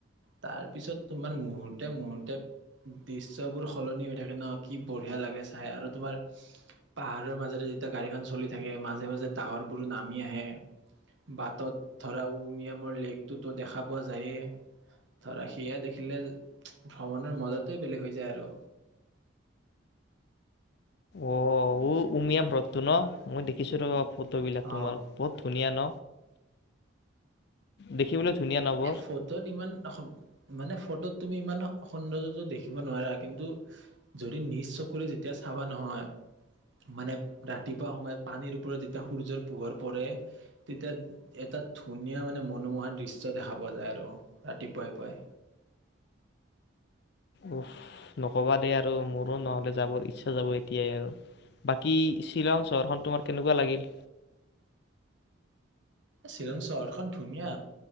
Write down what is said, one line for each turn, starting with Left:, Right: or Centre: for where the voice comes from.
Right: তাৰ পিছত তোমাৰ মুহূুৰ্ত মুহুৰ্ত দৃশ্্যবোৰ সলনি হৈ থাকে ন? কি বঢ়িয়া লাগে চাই আৰু তোমাৰ পাহাৰৰ মাজত যেতিয়া গাড়ীখন চলি থাকে, মাজে মাজে ডাৱৰ বোৰো নামি আহে। বাটত ধৰা উমিয়ামৰ লেকটোতো দেখা পোৱা যায়েই। ধৰা সেয়া দেখিলে ভ্ৰমণৰ মজাতোৱে বেলেগ হৈ যায় আৰু।
Left: অ উমিয়াম হ্ৰদটো ন? মই দেখিছো ফটোবিলাক তোমাৰ।
Right: অ
Left: বহুত ধুনীয়া ন? দেখিবলৈ ধুনীয়া ন বৰ
Right: এ ফটোত ইমান অসম মানে ফটোত তুমি ইমান সৌন্দৰ্যতো দেখিব নোৱাৰা। কিন্তু--যদি নিজ চকুৰে যেতিয়া চাবা নহয়? মানে ৰাতিপুৱা সময়ত পানীৰ ওপৰত যেতিয়া সূৰ্যৰ পোহৰ পৰে। তেতিয়া এটা ধুনীয়া মানে মনোমোহা দৃষ্টি উ্চ দেখা পোৱা যায় আৰু ৰাতিপুৱাইপুৱাই।
Left: উফ নকবা দেেই আৰু মোৰো নহলে যাবৰ ইচ্ছা যাব এতিয়াই আৰু। বাকী শ্বিলং চহৰখন তোমাৰ কেনেকুৱা লাগিল?
Right: শ্বিলং চহৰখন ধুনীয়া।